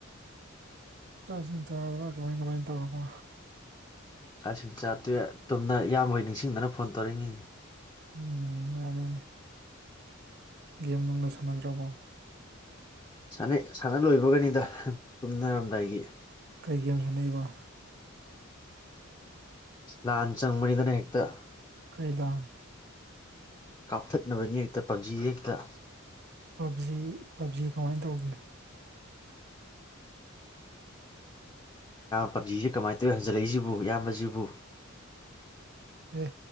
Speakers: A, on the right; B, on the left.
A: ꯆꯥꯛ ꯏꯁꯤꯡ ꯆꯔꯥꯕꯔꯥ ꯀꯃꯥꯏ ꯀꯃꯥꯏꯅ ꯇꯧꯔꯕ
B: ꯆꯥꯛꯁꯤꯡ ꯆꯥ ꯇꯣꯛꯑꯦ ꯇꯨꯝꯅ ꯏꯌꯥꯝꯕꯣꯏ ꯅꯤꯡꯁꯤꯡꯗꯅ ꯐꯣꯟ ꯇꯧꯔꯛꯏꯤꯅꯤꯅꯦ
A: ꯎꯝ ꯃꯅꯤꯅꯦ ꯒꯦꯝ ꯅꯨꯡꯒꯥ ꯁꯥꯟꯅꯗ꯭ꯔꯕꯣ
B: ꯁꯥꯟꯅꯩ ꯁꯥꯟꯅ ꯂꯣꯏꯕꯒꯅꯤꯗ ꯇꯨꯝꯅꯔꯝꯗꯥꯏꯒꯤ
A: ꯀꯩꯒꯦꯝ ꯁꯥꯟꯅꯏꯕ
B: ꯂꯥꯟ ꯆꯪꯕꯅꯤꯗꯅ ꯍꯦꯛꯇ
A: ꯀꯩ ꯂꯥꯟ
B: ꯀꯥꯞꯊꯠꯅꯕꯅꯤ ꯍꯦꯛꯇ ꯄꯞꯖꯤ ꯌꯦꯛꯇ
A: ꯄꯞꯖꯤ ꯄꯞꯖꯤ ꯀꯃꯥꯏꯅ ꯇꯧꯒꯦ
B: ꯄꯕꯖꯤꯁꯦ ꯀꯃꯥꯏꯅ ꯇꯧꯋ ꯍꯟꯖꯤꯜꯂꯛꯏꯁꯤꯕꯨ ꯏꯌꯥꯝꯕꯁꯤꯕꯨ
A: ꯑꯦ